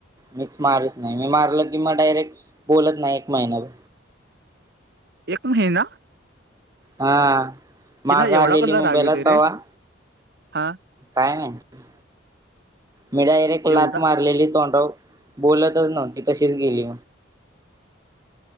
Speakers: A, on the right; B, on the right.
A: मीच मारत नाही मी मारलं की म डायरेक्ट बोलत नाही एक महिनाभर
B: एक महिना
A: हा
B: तिला
A: माग
B: एवढा
A: आलेली
B: कसला
A: मुंबईला
B: राग येतोय रे
A: तवा्हा
B: हा
A: काय माहिती मी डायरेक्ट लात
B: एवढा
A: मारलेली तोंडव बोलत नव्हती तशीच गेली